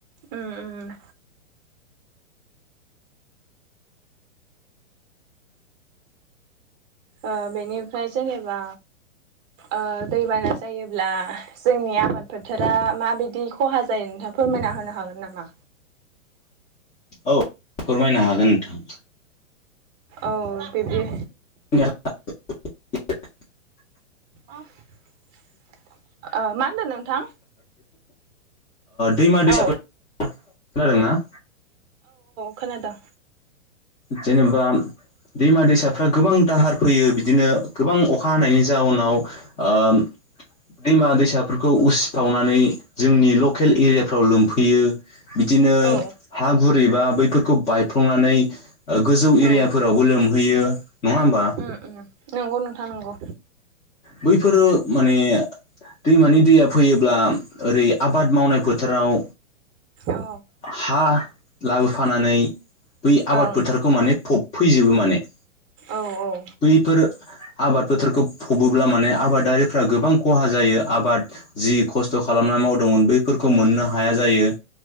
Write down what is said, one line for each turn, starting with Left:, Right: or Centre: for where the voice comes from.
Right: उम उम ओ बेनिफ्राय जेनेबा ओ दैबाना जायोब्ला जोंनिया आबाद फोथारा माबायदि खहा जायो नोंथाङा फोरमायना होनो हागोन नामा।
Left: औ फोरमायनो हागोन नोंथां।
Right: औ बिबदि
Left: <inaudible>
Right: ओ मा होनदों नोंथां
Left: दैमा दैसा
Right: औ
Left: खोनादों ना।
Right: खोना दां।
Left: जेनेबा दैमा दैसाफ्रा गोबां दाहार। फैयो बिदिनो गोबां अखा हानायनि जाउनाव ओ। दैमा दैसाफोरखौ उसिफावनानै जोंनि लकेल एरियाफ्राव लोमफैयो बिदिनो
Right: औ
Left: हा गुरैबा बैफोरखौ बायफ्लंनानै। गोजौ एरियाफोरावबो
Right: औ
Left: लोमहैयो नङा होमबा।
Right: ओम ओम नंगौ नोंथां नंगौ
Left: बैफोरो माने। दैमानि दैया फैयोब्ला ओरै आबाद मावनाय फोथाराव।
Right: औ
Left: हा लाबोफानानै बै आबाद
Right: ओं
Left: फोथारखौ माने फबफैजोबो माने।
Right: औ औ।
Left: बैफोर आबाद फोथारखौ। फबोब्ला माने आबादारिफ्रा गोबां खहा जायो आबाद जि खस्थ खालामना मावदोंमोन बैफोरखौ। मोननो हाया जायो